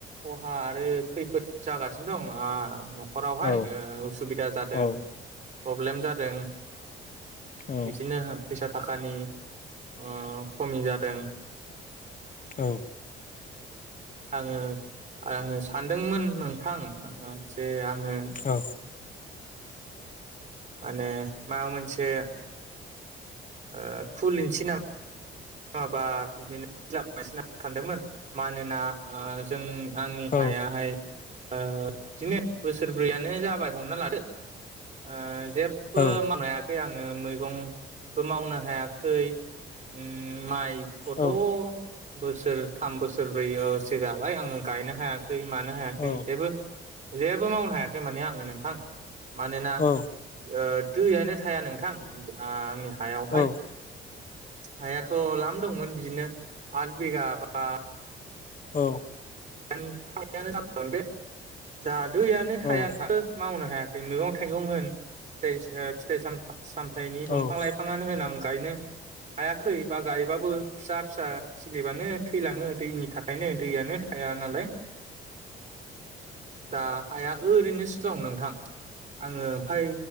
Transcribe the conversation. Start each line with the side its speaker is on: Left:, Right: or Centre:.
Right: खहा आरो खैफोद जागासिनो दं आ न'ख नख'रावहाय
Left: औ
Right: ओ उसुबिदा जादों
Left: औ
Right: प्रब्लेम जादों
Left: औ
Right: बिदिनो फैसा थाखानि ओ खमि जादों
Left: औ
Right: आंङो आंङो सानदोंमोन नोंथां ओ जे आं <unintelligible>
Left: औ
Right: माने माबा मोनसे ओ खुलिनिसै ना माबा बिदिनो <unintelligible> सानदोंमोन मानोना ओ जों आंनि
Left: औ
Right: हायाहाय ओ बिदिनो बोसोरब्रैयानो जाबाय हमना लादो ओ जेबो
Left: औ
Right: मावनो हायाखै आं ओ मैगंबो मावनो हायाखै उम माइ खथ'
Left: औ
Right: बोसोर थाम बोसोरब्रैसो जाबाय आंङो गायनो हायाख खै मानो हायाखै
Left: औ
Right: जेबो जेबो मावनो हायाखै माने आंङो नोंथां मानोना
Left: औ
Right: ओ दैयानो थाया नोंथां ओ आंनि हा हायावहाय
Left: औ
Right: हायाथ' लाम दंमोन बिदिनो आथ बिगा बा
Left: औ
Right: <unintelligible> बे दा दैयानो थाया
Left: औ औ
Right: नोंथां
Left: औ
Right: मावनो हाया मैगं थाइगं होन फिथाइ ओ फिथाइ साम सामथायनि
Left: औ
Right: दंफां लाइफाङानो होन आं गायनो हायाखै बा गायबाबो फिसा फिसा खिलिबानो थैलांङो दैनि थाखायनो दैयानो थाया नालाय दा हाया ओरैनोसो दं नोंथां आङो ओमफ्राय